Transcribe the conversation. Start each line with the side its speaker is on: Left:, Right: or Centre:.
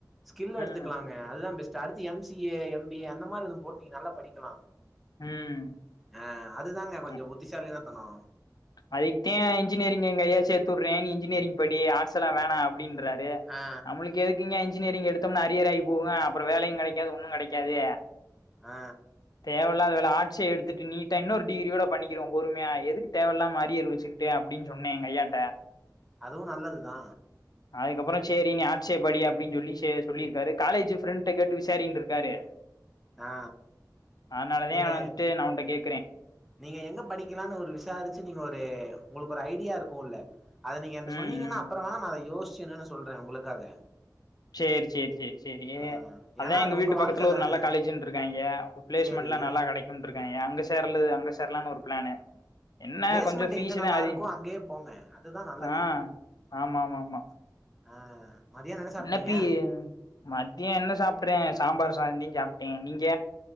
Centre: ஸ்கில் எடுத்துக்கலாங்
Left: ம்
Centre: அதுதா பெஸ்ட்டு அடுத்து M C A M B A அந்த மாரி போட்டு நீ நல்லா படிக்கலா
Left: ம்
Centre: அ அதுதாங்க கொஞ்சோ
Left: ஆ
Centre: புத்திசாலியான தனோ
Left: அதுக்குத்தே இன்ஜியரிங் எங்க ஐயா சேர்த்துவுட்றே இன்ஜினியரிங் படி ஆர்ட்ஸ் எல்லா வேணா அப்டி என்றாரு
Centre: ஆ
Left: நம்மளுக் எதுக்குங்க இன்ஜினியரிங் எடுத்தோம்னா அரியர் ஆகி போகு அப்புற வேலையு கெடைக்காது ஒன்னு கெடைக்காது
Centre: ஆ
Left: தேவையில்லாதது வேல ஆர்ட்சே எடுத்துட்டு நீட்டா இன்னொரு டிகிரியோட பண்ணிக்கலா பொறுமையா எதுக்கு தேவயில்லாம அரியர் வச்சுக்கிட்டே அப்பிடினு சொன்னே எங்க ஐயாட்ட
Centre: அதுவு நல்லது தா
Left: அதுக்கப்பறோ சேரி நீ ஆர்ட்ஸே படி அப்பிடின் சொல்லி சொல்லியிருக்காரு காலேஜ் எ ஃப்ரெண்ட் கிட்ட கேட்டு விசாரின்னு இருக்காரு
Centre: ஆ
Left: அதனாலதா
Centre: நீங்க
Left: வந்துட்டு நா உன்ட்ட கேக்குறே
Centre: நீங்க எங்க படிக்கலானு ஒரு விசாரிச்சி நீங்க ஒரு உங்களுக்கு ஒரு ஐடியா இருக்குல்ல அத நீங்க என்ட்ட சொன்னீங்கினா
Left: ம் ம்
Centre: அப்பறோ வேணா நா அத யோசிச்சி என்னன்னு சொல்றே உங்களுக்காக
Left: சேரி சேரி சேரி சேரி
Centre: ஆ
Left: அதா
Centre: ஏன்னா
Left: எங்க
Centre: அது
Left: வீட்டு
Centre: உங்க
Left: பக்கத்துல
Centre: வாழ்க்க
Left: ஒரு
Centre: தான
Left: நல்ல காலேஜு இருக்குன்றாங்க பிளேஸ்மட்லா
Centre: சேரி
Left: நல்லா கெடைக் இருக்குன்றாங்கே அங்க சேர்லது அங்க சேர்லான்னு ஒரு பிளானு என்ன
Centre: பிளேஸ்மெண்ட்
Left: கொஞ்சோ ஃபீஸுதா
Centre: எங்க நல்லா
Left: அதி
Centre: இருக்கோ அங்கே போங்க அதுதா நல்லது
Left: ஆ ஆமா ஆமா ஆமா
Centre: ஆ மதியானோ சாப்ட்டீங்க
Left: என்ன பி மத்தியோ என்ன சாப்புற்ற சாம்பார் சாதோ தே சாப்டே நீங்க